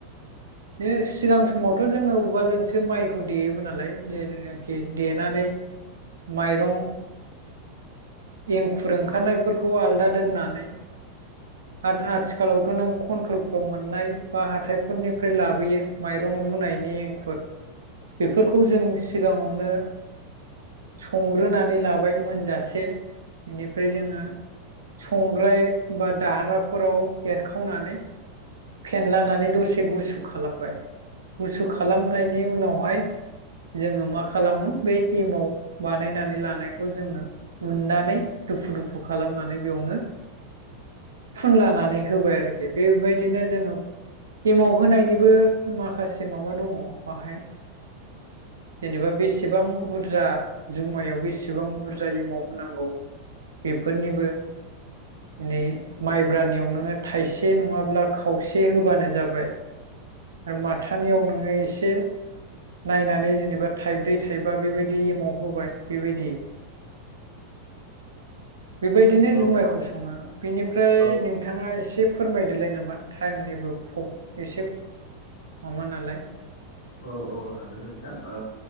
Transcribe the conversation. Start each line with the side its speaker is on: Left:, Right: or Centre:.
Right: बे सिगां समावथ' जोङो उवालजोंसो माइ खौ देयोमोन नालाय जेनाखि देनानै माइरं एंखुर ओंखारनायफोरखौ आलदा दोननानै आरो आथिखालावथ' नों कन्ट्रलफ्राव मोननाय बा हााइफोरनिफ्राय लाबोयो। माइरं रुनायनि एंखुर बेफोरखौ जों सिगाङावनो संग्रोनानै लाबाय मोनजासे बेनिफ्राय जोङो संग्राय बा दाहार्राफोराव एरखावनानै फेनलानानै दसे गुसु खालामबाय। गुसु खालामनायनि उनावहाय जोङो मा खालामो? बे एमाव बानायनानै लानायखौ जोङो उन्नानै दुफु दुफु खालामो। बेयावनो फुनलानानै होबाय आरोखि बेबायदिनो जोङो एमाव होनायनिबो माखासे माबा दङ बाहाय। जेनेबा बेसेबां बुरजा जुमायाव बेसेबां बुरजा एमाव होनांगौ। बेफोरनिबो नै माइब्रानियावनो होन थाइसे नङाब्ला खावसे होबानो जाबाय आरो माथा ानियाव नोङो एसे नायनानै जेनेबा थाइब्रै थाइबा बेबायदि एमाव होबाय बेबायदि। बेबायदिनो जुमायखौ
Left: औ
Right: सङो बेनिफ्राय
Left: औ
Right: नोंथाङा एसे फोरमायदोलाय नामा टाइमनिबो प्र एसे माबा नालाय।
Left: औ औ हागोन नोंथाङ ओ